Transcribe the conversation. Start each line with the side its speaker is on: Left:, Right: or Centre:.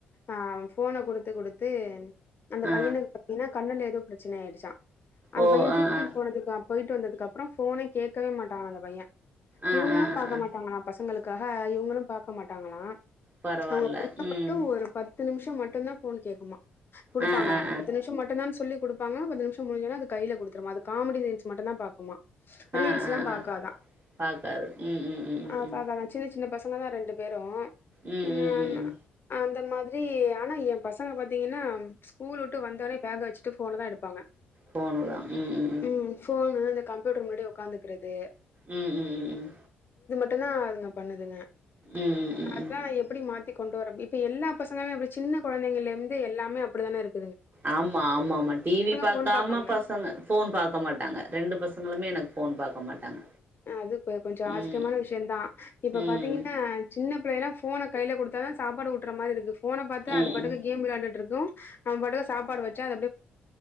Left: ஆஹ் போன கொடுத்து கொடுத்து அந்த
Right: ஆ
Left: பையனுக்கு பார்த்தீங்கன்னா கண்ணல எதோ பிரச்சனையாச்சாம் அந்த
Right: ஓ
Left: பையன்
Right: ஆ
Left: டீரிட்மென்ட்
Right: ஆ
Left: போயிட்டு வந்ததுக்கு அப்புறம் போனை கேக்கவே மாட்டான அந்த பையன்
Right: ஆ
Left: இவங்களும்
Right: ஆ ஆ
Left: பார்க மாட்டாங்களாம் பசங் பசங்களுக்காக இவங்களும் பார்க்க மாட்டாங்களா
Right: பரவால்ல
Left: அவங்க பொண்ணு
Right: ம்
Left: மட்டும் ஒரு பத்து பத்து நிமிஷம் மட்டும்தான் போன் கேக்குமா குடுப்பாங்களா
Right: ஆ ஆ ஆ
Left: பத்து நிமிஷம் மட்டும்தான் சொல்லி கொப்பாங்கா பத்து நிமிஷம் முடிஞ்சது கையில கொடுத்து மாது காமெடி சைன்ஸ் மட்டும் தான் பாக்குமா ரீல்ஸ்
Right: ஆ
Left: எல்லாம்
Right: ஆ
Left: பாக்காதான்
Right: ஆ பாக்காது ம் ம் ம் ம்
Left: ஆஹ்
Right: ம்
Left: பாக்காதான் சின்ன சின்ன பச அங்கே தான் ரெண்டு பேரும்
Right: ம்
Left: உம்
Right: ம் ம்
Left: அந்த மா மாரி ஆனா என் பசங்க பார்த்தீங்கன்னா ஸ்கூல் விட்டு வந்த உடனே பேகவச்சு போன தான் எடுப்பாங்க
Right: போனலாம் உம் உம்
Left: உம் போனு கம்ப்யூட்டர் முன்னாடி உட்காந்துக்கிறது
Right: உம் உம் உம் உம்
Left: டும் தான் அதுங்க பண்ணுதுங்க
Right: உம் உம் உம்
Left: அதா
Right: உம்
Left: எப்டி மாத்தி கொண்டு வர இப்ப எல்லா பசங்களும் அப்படி சின்ன குழந்தைங்க இருந்து எல்லாமே அப்படிதான இருக்
Right: ஆமா ஆமா ஆமா டிவி பார்க்காம
Left: ஃபோன் பாப்பாங்களா
Right: பசங்க போன் பார்க்க மாட் டாங்க ரெண்டு பசங்களுமே எனக்கு போன் பண்ண பார்க்க மாட்டாங்க
Left: அது இ கொஞ்சம் ஆச்சரியமான
Right: ம்
Left: விஷயம் தான் இப்ப
Right: ம்
Left: பாத்தீங்கன்னா சின்ன இப்பலாம் போனை கையில கொடுத்த தான் சாப்படு வுட்டற மாரி இருக்கு போனை பார்த்து
Right: ம்
Left: அது பட்டுக்கு கேம் விளையாண்டுட்டு இருக்கும் நம் பாட்டுக்கு சாப்பாடு வச்சா அத